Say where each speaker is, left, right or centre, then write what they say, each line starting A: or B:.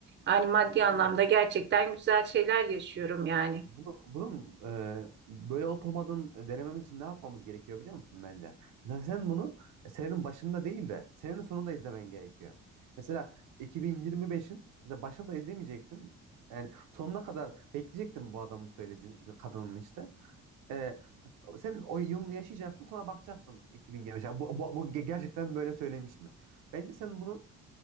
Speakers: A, on the right (about 35°); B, on the right (about 85°).
A: Yani maddi
B: Ya şöyle
A: anlamda gerçekten güzel şeyler yaşıyorum yani.
B: Bunu, bunun e, böyle olup olmadığını denememiz için ne yapmamız gerekiyor biliyor musun bence? Mesela sen bunu e, senenin başında değil de senenin sonunda izlemen gerekiyor. Mesela 2025'in mesela başında izlemeyecektin. Yani sonuna kadar bekleyecektin bu adamın söylediğini, bu kadının işte. E, sen o yılını yaşayacaktın sonra bakacaktın 2025. Bu, bu, bu ge- gerçekten böyle söylemiş mi? Bence sen bunu